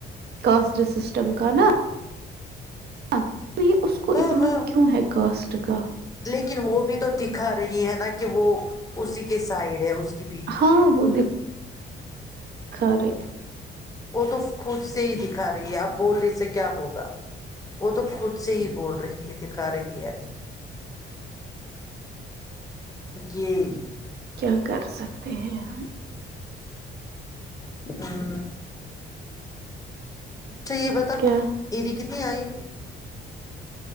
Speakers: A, on the right (about 55°); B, on the left (about 15°).
A: کاسٹ سسٹم کا نا ہاں میں اس کو
B: ہاں
A: اتنا
B: ہاں
A: کیوں ہے کاسٹ کا
B: لیکن وہ بھی تو دکھا رہی ہے نا کہ وہ اسی کے سائڈ ہے اس کی بیوی
A: ہاں وہ دیک ساری
B: وہ تو خود سے ہی دکھا رہی ہے آپ بول رہے سے کیا ہوگا وہ تو خود سے ہی بول رہی ہے د کا رہی ہے یہ
A: کیا کر سکتے ہیں ہم
B: ہاں اچھا یہ بتاؤ
A: کیا
B: ایری کتنی آئی